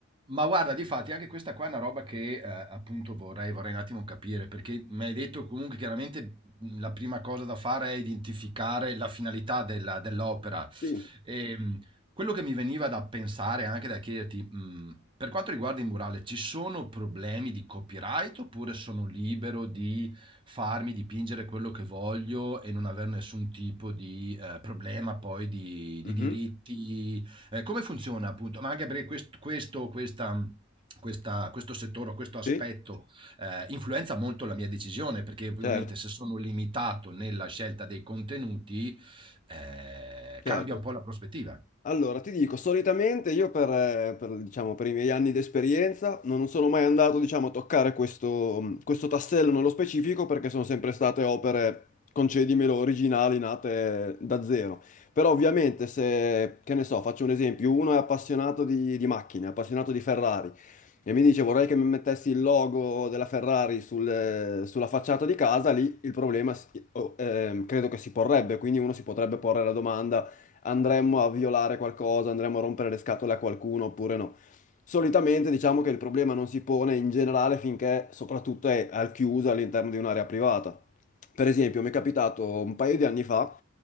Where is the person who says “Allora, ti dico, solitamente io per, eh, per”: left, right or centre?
Left